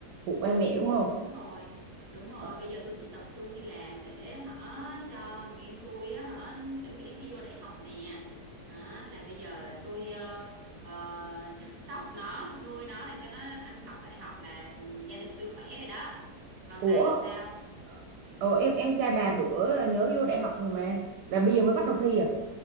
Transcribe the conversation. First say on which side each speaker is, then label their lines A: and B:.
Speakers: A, on the right; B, on the right.
A: phụ ba mẹ đúng không
B: Đúng rồi, đúng rồi.
A: Ờ,
B: Bây giờ tôi chỉ tập trung đi làm để hả cho thằng em tôi á hả chuẩn bị thi vô đại học nè. Đó, là bây giờ là tôi ờ, ờ, <laughs> chăm sóc nó, nuôi nó để cho nó ăn học đại học là gia đình tôi khỏe rồi đó. Còn
A: ủa
B: bà thì sao?
A: ờ, ờ, em em trai bà bữa là nhớ vô đại học rồi mà là bây giờ mới bắt đầu thi à